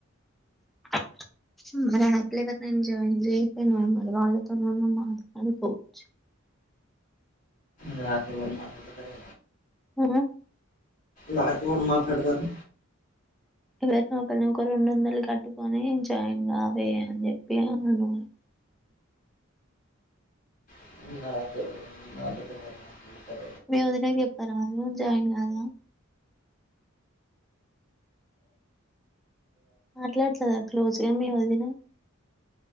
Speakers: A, in the centre; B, on the left.
A: అఖిల అక్క తో జాయిన్ చేయకపోయినా వాళ్లతో కూడా మాట్లాడుకోవచ్చు
B: దాంట్లోనే ఎవడు మాట్లాడుతారే
A: ఆ
B: దాంతో మాట్లాడుతారు
A: ఎవరు న ఒకరి నొకరు రెండు వందలు కట్టుకొని జాయిన్ గా వే అని చెప్పి అను
B: అదే <unintelligible>
A: మీ వదినకు చెప్ప రాదు జాయిన్ కాగా మాట్లాడుతదా క్లోజ్ గా, గా మీ వదిన